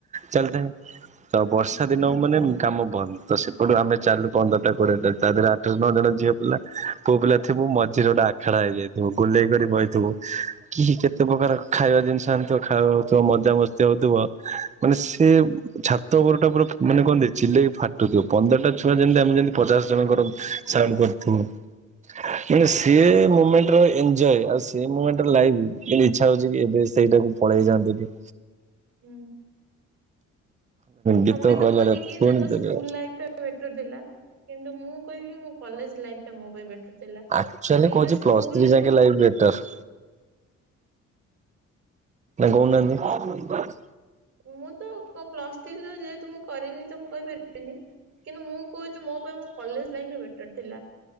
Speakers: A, on the right; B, on the right.
A: ଚାଲିଥାଏ ତ
B: ହଁ
A: ବର୍ଷା ଦିନ ମାନେ କାମ ବନ୍ଦ। ତ ସେପଟୁ ଆମେ ଚାଲୁ ପନ୍ଦରଟା, କୋଡିଏ ଟା ତା ଦେହରେ ଆଠ, ନଅ ଜଣ ଝିଅ ପିଲା କୋଉ ପିଲା ଥିବୁ ମଝିରେ ଗୋଟେ ଆ ଖେଡା ହେଇଯାଇଥିବୁ ଗୁଲେଇ କରି ବହିଥିବ କି କେତେ ପ୍ରକାର ଖାଇବା ଜିନିଷ ଆଣିଥିବ ଖାଇବା ହଉଥିବ ମଜା ମସ୍ତି ସେ ହେଉଥିବ ମାନେ ସେ ଛା ତ ଉପରଟା ପୁରା ମାନେ କଣ କୁହନ୍ତି ଚିଲେଇକି ଫାଟୁଥିବ ପନ୍ଦରଟା ଛୁଆ ଯେମିତି ଆମେ ଯେମିତି ପଚାଶ ଜଣଙ୍କର ସାଉଣ୍ଡ କରୁ ଥିବ। ମାନେ ସିଏ ମୁମେଣ୍ଟର ଏନଜୟ ଆଉ ସେ ମୁମେଣ୍ଟର ଲାଇଫ ଯେମିତିକି ଇଛା ହଉଛି କି ଏବେ ସେ ସେଇଟାକୁ ପଳେଇ ଯାଆନ୍ତି କି?
B: ହୁଁ ସମତେ
A: ଗୀତ କହିଲା
B: କୁହନ୍ତି
A: ବେଳେ
B: କି
A: ପୁଣି
B: ତାଙ୍କ ସ୍କୁଲ ଲାଇଫ ଟା ବେଟର ଥିଲା କିନ୍ତୁ ମୁଁ କହିବି ମୋ କଲେଜ ଲାଇଫ ଟା ମୋ ପାଇଁ ବେଟର ଥିଲା।
A: ଆକ୍ଚୁଆଲି
B: କାହିଁକିନା
A: କୁହୁଛି
B: ସ୍କୁଲରେ
A: ପ୍ଲସ୍ ଥ୍ରୀ ଯାକେ ଲାଇଫ୍ ବେଟର୍। ନା କହୁ ନାହାନ୍ତି?
B: ମୁଁ ତ କ ପ୍ଲସ ଥ୍ରୀ ଯେ ଯେହେତୁ ମୁଁ କରିନି ତ ମୁଁ କହିପାରିବିନି। କିନ୍ତୁ ମୁଁ କହୁଛି ମୋ ପାଇଁ ମୋ କଲେଜ ଲାଇଫ ରେ ବେଟ ବେଟର ଥିଲା